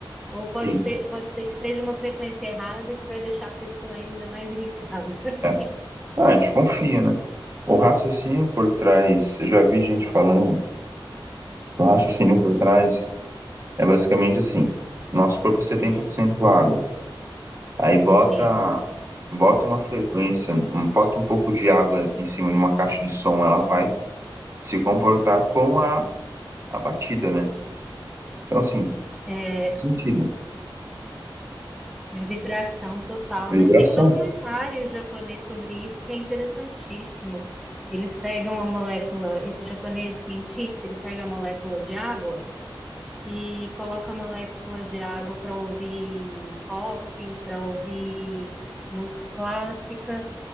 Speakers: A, in the centre; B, on the right (about 35°).
A: Ou pode
B: Sim.
A: ser, pode ser que seja uma frequência errada e que vai deixar a pessoa ainda mais irritada. <laughs>
B: É. Ah, a gente confia, né? O raciocínio por trás, eu já vi gente falando, o raciocínio por trás é basicamente assim, nosso corpo é setenta
A: Hum,
B: por cento água. Aí bota,
A: sim.
B: bota uma frequência, um- bota um pouco de água em cima de uma caixa de som, ela vai se comportar com a, a batida, né? Então, assim,
A: É,
B: faz sentido.
A: A vibração total,
B: Vibração.
A: né? Tem um documentário japonês sobre isso que é interessantíssimo. Eles pegam a molécula, esse japonês cientista, ele pega a molécula de água e coloca a molécula de água para ouvir rock, para ouvir música clássica,